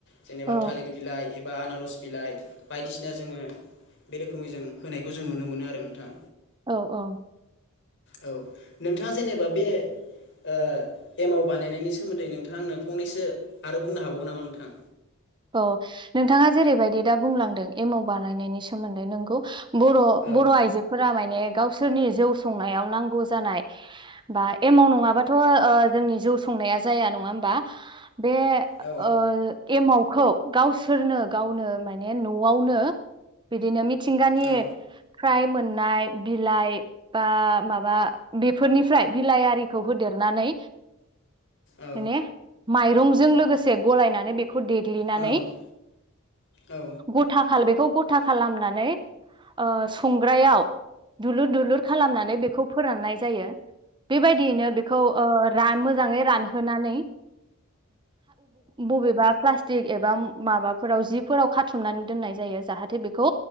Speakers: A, on the left; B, on the right.
A: जेनेबा
B: औ
A: थालिर बिलाइ एबा बा आनारस बिलाइ बायदिसिना जोङो बे रोखोमै जों होनायखौ जों नुनो मोनो आरो नोंथां
B: औ औ
A: औ नोंथाङा जेनेबा बे ओ एमाव बानायनायनि सोमोन्दै नोंथां नोंथांआ आंनो फंनैसो आरो बुंनो हाबावगोन नामा नोंथां
B: औ नोंथाङा जेरैबायदि दा बुंलांदों एमाव बानायनायनि सोमोन्दै नोंगौ बर'
A: औ
B: बर' आइजोफोरा माने गावसोरनि जौ संनायाव। नांगौ जानाय बा एमाव नङाबाथ ओ' जोंनि जौ संनाया जाया नङा होमबा बे
A: औ
B: ओ एमाव खौ गावसोरनो गावनो माने न'आवनो बिदिनो मिथिंगानिफ्राय्र
A: औ
B: मोन नाय बिलाइ बा माबा बेफोरनिफ्राय बिलाइ आरिखौ होदेरनानै
A: औ
B: माने माइरंजों लोगोसे गलायनानै बेखौ दे। ग्लिनानै
A: औ औ
B: गथ खा बेखौ गथा खालामनानै <inaudible> ओ संग्रायाव दुलुर दुलुर खालामनानै बेखौ फोराननाय जायो। बेबायदियैनो बेखौ ओ मोजाङै <inaudible> रानहोनानै। बबेबा प्ला <inaudible> फ्लासस्टिक एबा माबाफोराव जिफोराव खाथुमनानै दोननाय जायो जाहाथे बेखौ